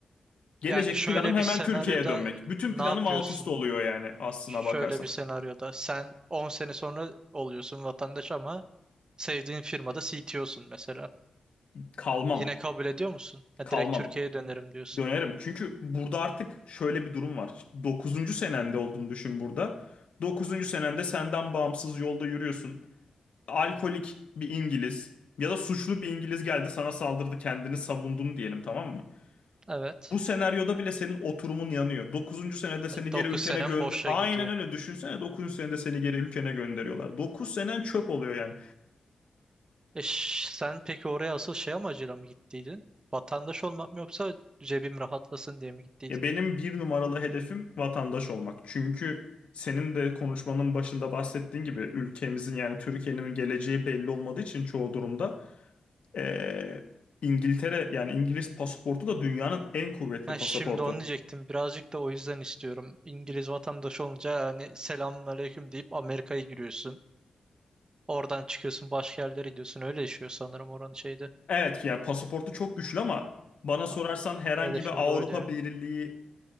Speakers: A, on the left; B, on the right.
A: gelecek
B: Yani şöyle
A: planım hemen
B: bir senaryoda
A: Türkiye'ye dönmek. Bütün
B: ne
A: planım
B: yapıyorsun?
A: alt üst oluyor yani aslına
B: Şöyle
A: bakarsan.
B: bir senaryoda sen 10 sene sonra oluyorsun vatandaş ama sevdiğin firmada CTO'sun mesela.
A: Kalmam,
B: Yine kabul ediyor musun? Ya
A: kalmam.
B: direkt Türkiye'ye dönerim diyorsun.
A: Dönerim. Çünkü burada artık şöyle bir durum var. 9. senende olduğunu düşün burada. 9. senende senden bağımsız yolda yürüyorsun. Alkolik bir İngiliz ya da suçlu bir İngiliz geldi sana saldırdı kendini savundun diyelim tamam mı?
B: Evet.
A: Bu senaryoda bile senin oturumun yanıyor. Dokuzuncu senede seni geri
B: 9
A: ülkene
B: senem
A: gönder...
B: boşa
A: Aynen
B: gidiyor.
A: öyle düşünsene dokuzuncu senede seni geri ülkene gönderiyorlar. 9 senen çöp oluyor yani.
B: E, ş- sen peki oraya asıl şey amacıyla mı gittiydin? Vatandaş olmak mı yoksa cebim rahatlasın diye mi gittiydin?
A: Ya benim bir numaralı hedefim vatandaş olmak. Çünkü senin de konuşmanın başında bahsettiğin gibi ülkemizin yani Türkiye'nin geleceği belli olmadığı için çoğu durumda eee, İngiltere yani İngiliz pasaportu da dünyanın en kuvvetli
B: Ha,
A: pasaportu.
B: şimdi onu diyecektim. Birazcık da o yüzden istiyorum. İngiliz vatandaş olunca hani selamünaleyküm deyip Amerika'ya giriyorsun. Oradan çıkıyorsun başka yerlere gidiyorsun. Öyle yaşıyor sanırım oranın şeydi.
A: Evet yani pasaportu çok güçlü ama bana sorarsan
B: A-
A: herhangi
B: Hedefim
A: bir Avrupa
B: de oydu ya.
A: Birliği